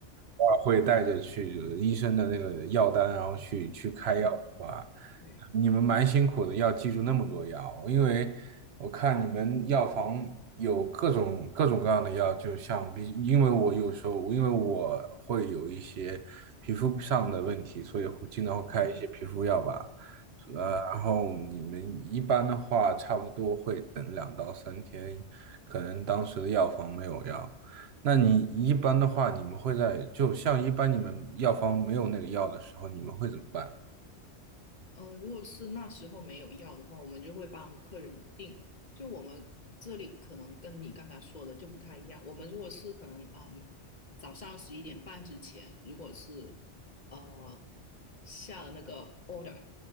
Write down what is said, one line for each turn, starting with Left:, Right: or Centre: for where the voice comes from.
Right: 偶尔会带着去医生的那个药单，然后去去开药的话，
Left: 嗯，对，
Right: 你们蛮辛苦的，要记住那么多药，因为我看你们药房有各种各种各样的药，就像比，因为我有时候，因为我会有一些皮肤上的问题，所以会经常会开一些皮肤药吧。
Left: 嗯，
Right: 呃然后你们一般的话，
Left: 嗯。
Right: 差不多会等两到三天，可能当时的药房没有药。那你一般的话，你们会在就像一般你们药房没有那个药的时候，你们会怎么办？
Left: 呃，如果是那时候没有药的话，我们就会帮客人订。就我们这里可能跟你刚才说的就不太一样。我们如果是可能，嗯，早上十一点半之前，如果是呃下了那个 order，